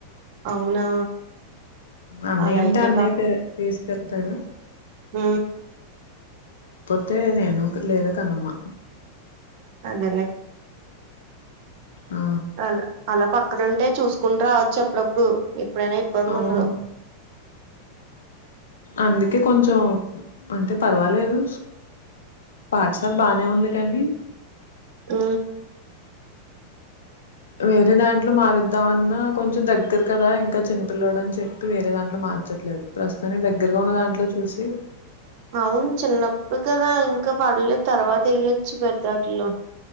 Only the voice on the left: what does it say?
అన్నయ్య
ఉంటే
అన్నయ్య తీసుకెళ్తాడు
అయితే నేను లేదు కన్నమ్మ
ఆ
అవును
అందుకే కొంచం అంటే పర్వాలేదు పాఠశాల బానే ఉంది కానీ
వేరేదాం ట్లు మారుద్దాంమన్నా కొంచెం దగ్గర కదా ఇంకా చిన్నపిల్లోడని చెప్పి వేరే దాంట్లో మార్చట్లేదు ప్రస్ కాని దగ్గరగా ఉన్న దాంట్లో చూసి